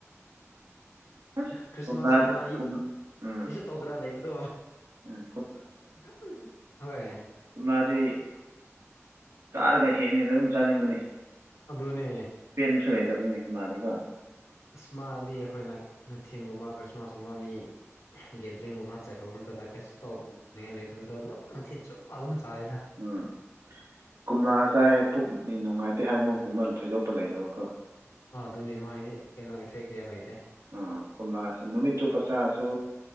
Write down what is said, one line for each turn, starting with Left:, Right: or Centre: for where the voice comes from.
Right: ꯑꯁ
Left: ꯈ꯭꯭ꯔꯔꯤꯁꯃꯥꯁ
Right: ꯀꯣꯝꯂꯥ
Left: ꯒꯃꯥꯏ
Right: ꯀꯨꯝ ꯎꯝ
Left: ꯇꯧꯗꯔꯥ ꯂꯩꯕꯗꯣ
Right: ꯎꯝ
Left: ꯑꯗꯨꯝ ꯍꯣꯏ
Right: ꯎꯅꯥꯗꯤ ꯇꯥꯔꯒ ꯍꯦꯟꯅ ꯍꯦꯟꯅ ꯑꯗꯨꯝ ꯆꯥꯅꯤꯡꯕꯅꯤ
Left: ꯑꯗꯨꯅꯦ
Right: ꯄꯦꯟꯕꯁꯨ ꯂꯩꯇꯕꯅꯦ ꯀꯅꯥꯗꯤꯀꯣ
Left: ꯑ ꯃꯥꯗꯤ ꯑꯩꯈꯣꯏꯅ ꯅꯨꯡꯊꯤꯤꯟꯒꯨꯝꯕ ꯈ꯭ꯔꯤꯁꯃꯥꯁꯀꯨꯝꯕ ꯃꯤ ꯒꯦꯗꯔꯤꯡꯒꯨꯝꯕ ꯆꯠꯈ꯭ꯔꯕ ꯃꯇꯝꯗ ꯀꯩꯁꯨ ꯇꯧꯗꯅꯤꯡꯉꯥꯏ ꯂꯩꯇꯕꯗꯣ ꯑꯗꯨꯝ ꯅꯨꯡꯊꯤꯜ ꯆꯨꯞꯄ ꯑꯗꯨꯝ ꯆꯥꯏꯗ
Right: ꯎꯝ ꯀꯣꯝꯂꯥ ꯆꯥꯏ ꯄꯨꯛꯅꯤ ꯅꯨꯡꯉꯥꯏꯇꯦ ꯍꯥꯏꯕꯒꯨꯝꯕ ꯊꯣꯏꯗꯣꯛꯄ ꯂꯩꯗꯕꯀꯣ
Left: ꯑꯗꯨꯅꯦ ꯃꯥꯗꯤ ꯀꯩꯅꯣ ꯏꯐꯦꯛ ꯀꯌꯥ ꯂꯩꯇꯦ
Right: ꯑꯥ ꯀꯣꯝꯂꯥꯁꯤ ꯅꯨꯃꯤꯠꯇꯨ ꯆꯨꯞꯄ ꯆꯔꯁꯨ